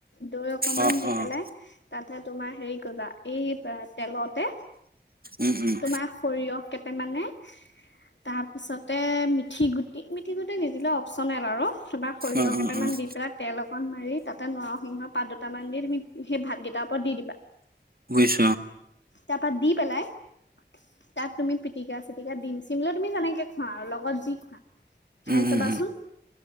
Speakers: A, on the left; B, on the right.
A: দৈ অকমান
B: অ', অ',
A: দি
B: অ',
A: পেলাই। তাতে তোমাৰ হেৰি কৰিবা এই তেলতে
B: উম, উম,
A: তোমাৰ সৰিয়হ। কেটে মানে। তাৰপিছতে মিঠি গুটি মিথি গুটি নিদিলে অপচনেল আৰু। বা সৰিয়হ
B: অ',
A: কেইটামান
B: অ', অ',
A: দি পেলাই। তেল অকণ মাৰি তাতে নৰসিংহৰ পাত দুটামান দি তুমি সেই ভাতকেইটাৰ ওপৰত দি দিবা।
B: বুজিছ।
A: তাৰপা দি পেলাই। তাত তুমি পিটিকা চিটিকা দিম চিম লৈ তুমি যেনেকে খোৱা আৰু লগত যি খোৱা। খাই
B: উম,
A: চাবাচোন
B: উম, উম,